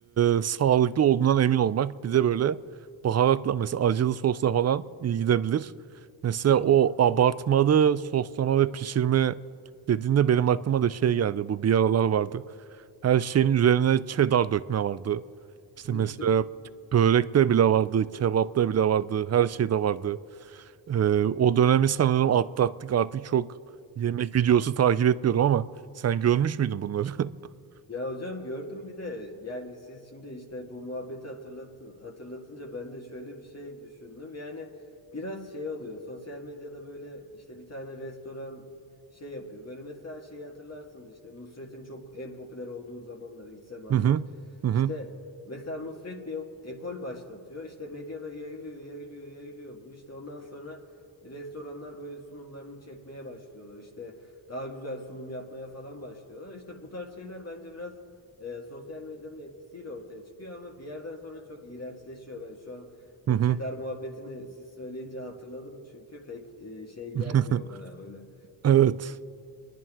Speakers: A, on the right (about 35°); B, on the left (about 30°).
A: e, sağlıklı olduğundan emin olmak. Bir de böyle baharatla mesela acılı sosla falan iyi gidebilir. Mesela
B: Hı hı.
A: o abartmalı soslama ve pişirme dediğinde benim aklıma da şey geldi. Bu bir aralar vardı. Her şeyin üzerine cheddar dökme vardı. İşte
B: <laughs>
A: mesela Börekte bile vardı, kebapta bile vardı, her şeyde vardı. Ee, o dönemi sanırım atlattık. Artık çok yemek videosu takip etmiyorum ama sen görmüş müydün bunları? <laughs>
B: Ya hocam gördüm bir de yani siz şimdi işte bu muhabbeti hatırlat hatırlatınca ben de şöyle bir şey düşündüm. Yani biraz şey oluyor sosyal medyada böyle işte bir tane restoran şey yapıyor. Böyle mesela şeyi hatırlarsınız işte Nusret'in çok en popüler olduğu zamanlar ilk zamanlar.
A: Hı hı. Hı
B: İşte
A: hı.
B: mesela Nusret bir ok- ekol başlatıyor işte medyada yayılıyor yayılıyor yayılıyor bu işte ondan sonra restoranlar böyle sunumlarını çekmeye başlıyorlar işte. Daha güzel sunum yapmaya falan başlıyorlar. İşte bu tarz şeyler bence biraz e, sosyal medyanın etkisiyle ortaya çıkıyor ama bir yerden sonra çok iğrençleşiyor. Ben şu an o
A: Hı hı.
B: Çedar muhabbetini siz söyleyince hatırladım çünkü pek e, şey gelmiyor
A: <laughs>
B: bana böyle.
A: Evet.